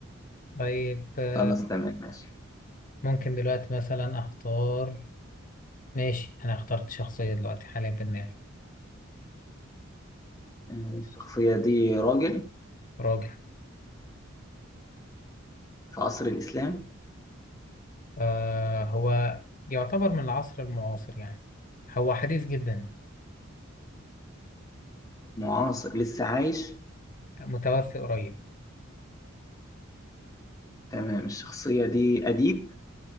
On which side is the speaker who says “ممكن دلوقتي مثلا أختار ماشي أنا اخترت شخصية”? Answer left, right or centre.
Left